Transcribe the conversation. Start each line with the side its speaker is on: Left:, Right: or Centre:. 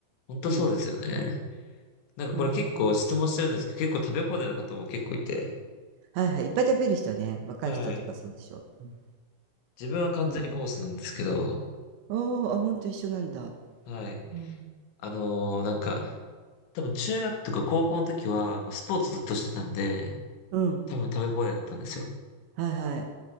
Left: 本当そうですよね。
Right: うん。
Left: なんかこれ結構質問してるんですけど、
Right: うん。
Left: 結構食べ放題の方も結構いて、
Right: はいはい。いっぱい食べる人はね、若い人とかそうでしょ。
Left: はい。
Right: うん。
Left: 自分は完全にコースなんですけど、
Right: うん、あーあ、ほんと一緒なんだ。
Left: はい。
Right: うん。
Left: あのーなんか、多分中学とか高校の時は、もうスポーツずっとしてたんで、
Right: うん。
Left: 多分食べ放題だったんですよ。
Right: はいはい。